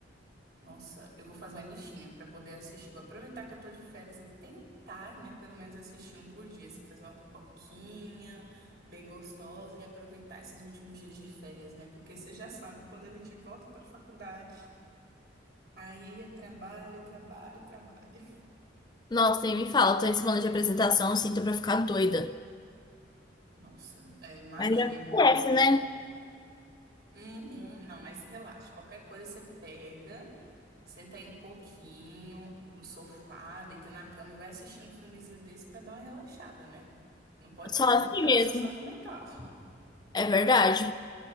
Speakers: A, on the right; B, on the left.
A: Nossa, eu vou fazer uma listinha pra poder assistir. Vou aproveitar que eu tô de férias e tentar, né, pelo menos assistir um por dia, assim, fazer uma pipoquinha bem gostosa e aproveitar esses últimos dias de férias, né? Porque você já sabe, quando a gente volta pra faculdade, aí é trabalho, trabalho, trabalho.
B: Nossa, nem me fala, tô em semana de apresentação, assim, tô pra ficar doida.
A: Nossa, é, imagino.
B: Mas já conhece, né?
A: Uhum. Não, mas relaxa, qualquer coisa você pega. Senta aí um pouquinho no sofá, deita na cama e vai assistir um filmezinho desse pra dar uma relaxada, né? Não pode
B: Só
A: esquecer
B: assim
A: de cuidar
B: mesmo.
A: da sua saúde mental. <laughs>
B: É verdade.